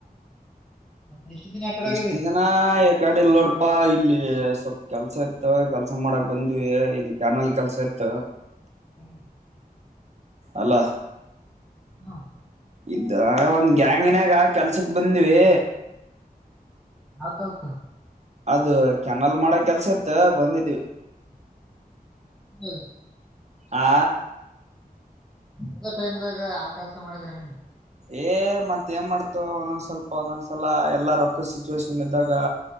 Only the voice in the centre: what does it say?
ಮತ್ತೆ ಎಷ್ಟು ದಿನ ಯಾಕಡೆ ಹೋಗಿದಿ
ಹ್ಮ್
ಹಾ
ಆಕಲ್ಸ
ಹ್ಮ
ಅದ ಟೈಮ್ದಾಗ ಆ ಕೆಲ್ಸ ಮಾಡಿದ್ರಂಗಿ